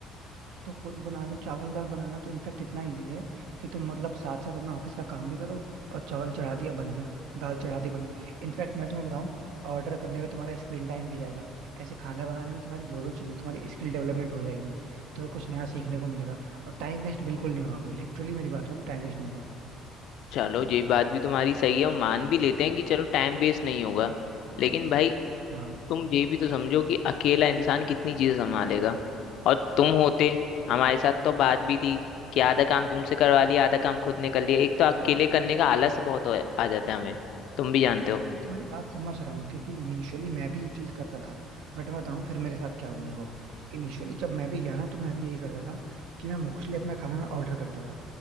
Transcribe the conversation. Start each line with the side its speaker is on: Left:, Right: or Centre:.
Right: तो खुद बना लो चावल दाल बनाना तो इनफैक्ट इतना इजी है कि तुम मतलब साथ साथ अपना ऑफिस का काम भी करो और चावल चढ़ा दिया बन गया दाल चढ़ा दी बन गई इनफैक्ट मैं तुम्हें बताऊं ऑर्डर करने में तुम्हारा स्क्रीन टाइम भी जाएगा ऐसे खाना बनाने में तुम्हारी दो दो चीजें तुम्हारी स्किल डेवलपमेंट हो जाएगी तुम्हें कुछ नया सीखने को मिलेगा और टाइम वेस्ट बिल्कुल नहीं होगा भाई लिटरली मेरी बात बोलो टाइम वेस्ट नहीं होगा
Left: चलो ये बात भी तुम्हारी सही है और मान भी लेते हैं कि चलो टाइम वेस्ट नहीं होगा लेकिन भाई
Right: हाँ
Left: तुम ये भी तो समझो कि अकेला इंसान कितनी चीजें संभालेगा और तुम होते हमारे साथ तो बात भी थी कि आधा काम तुमसे करवा लिया आधा काम खुद ने कर लिया एक तो अकेले करने का आलस बहुत हो- आ जाता है हमें तुम भी जानते हो
Right: मैं तुम्हारी बात समझ रहा हूँ क्योंकि इनिशियली मैं भी ये चीज करता था बट मैं बताऊँ फिर मेरे साथ क्या हुआ देखो इनिशियली जब मैं भी गया ना तो मैं भी यही करता था कि मैं मोस्टली अपना खाना ना ऑर्डर करता था